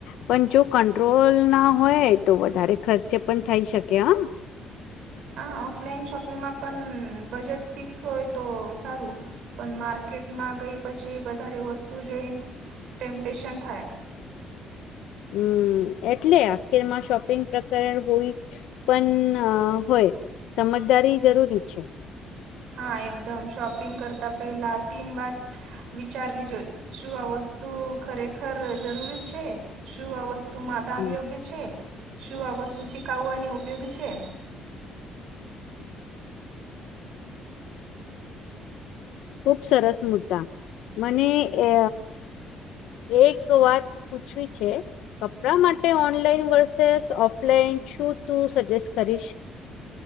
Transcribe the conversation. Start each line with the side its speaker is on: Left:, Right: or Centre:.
Left: પણ જો કંટ્રોલ ના હોય તો વધારે ખર્ચે પણ થઈ શકે હ.
Right: હા ઓફલાઈન શોપિંગમાં પણ બજેટ ફિક્સ હોય તો સારું પણ મા માર્કેટમાં ગઈ પછી વધારે વસ્તુ જોઈને ટેમ્પ્ટેશન થાય.
Left: હમ એટલે આખીરમાં શોપિંગ પ્રકરણ હોઈ. પણ હોય સમજદારી જરૂરી છે.
Right: હા એકદમ શોપિંગ કરતા પહેલા તીન વાત વિચારવી જોઈએ શું અવસ્. વસ્તુ ખરેખર જરૂરી છે શું આ વસ્તુમાં દામ
Left: હમ
Right: યોગ્ય છે. શું આ વસ્તુ ટીકાવવા અને ઉપયોગી છે.
Left: હ <inaudible> ખુબ સરસ મુદ્દા મને અ એક વાત પૂછવી છે. કપડા માટે ઓનલાઈન વર્સેસ ઓફલાઈન શું તું સજેસ્ટ કરીશ.